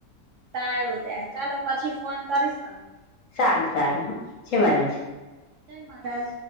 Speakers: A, on the right (about 65°); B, on the left (about 65°).
A: સારું ત્યારે ચાલો પછી ફોન કરીશ તમને
B: સારું સારું હ જય મહારાજ
A: જય મહારાજ